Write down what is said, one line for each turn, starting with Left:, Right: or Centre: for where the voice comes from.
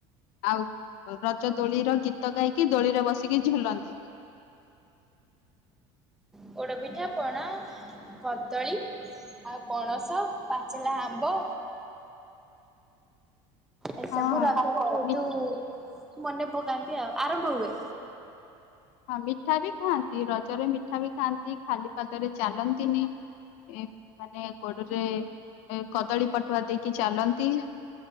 Left: ଆଉ ରଜ ଦୋଳିର ଗୀତ ଗାଇକି ଦୋଳିରେ ବସିକି ଝୁଲନ୍ତି।
Centre: ପୋଡ଼ପିଠା ପଣା କଦଳୀ ଆଉ ପଣସ ପାଚେଲା ଆମ୍ବ
Left: <inaudible>
Centre: ଏସବୁ
Left: ହଁ।
Centre: ରଜରେ ବହୁତୁ
Left: ମି
Centre: ମନେ ପକାନ୍ତି, ଆଉ ଆରମ୍ଭ ହୁଏ।
Left: ହଁ ମିଠା ବି ଖାଆନ୍ତି ରଜରେ ମିଠା ବି ଖାଆନ୍ତି ଖାଲି ପାଦରେ ଚାଲନ୍ତିନି। ଏ ମାନେ ଗୋଡରେ ଏ କଦଳୀ ପାଟୁଆ ଦେଇକି ଚାଲନ୍ତି।